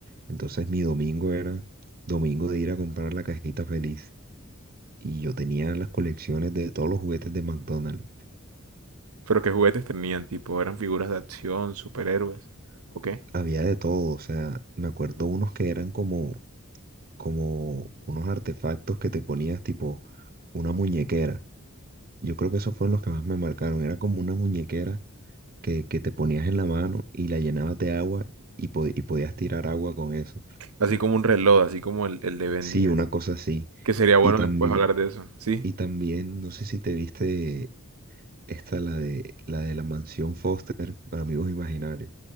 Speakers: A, on the right; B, on the right.
A: entonces mi domingo era domingo de ir a comprar la cajita feliz y yo tenía las colecciones de todos los juguetes de McDonald's,
B: Pero qué juguetes tenían, tipo, eran figuras de acción, superhéroes, ¿o qué?
A: había de todo, o sea, me acuerdo unos que eran como, como unos artefactos que te ponías tipo una muñequera, yo creo que esos fueron los que más me marcaron, era como una muñequera que, que te ponías en la mano y la llenabas de agua y, po- y podías tirar agua con eso.
B: Así como un reloj, así como el, el de Ben
A: Sí,
B: 10.
A: una cosa así.
B: Que sería bueno
A: Y también,
B: después hablar de eso, ¿sí?
A: y también, no sé si te viste esta, la de la de la mansión Foster, para amigos imaginarios.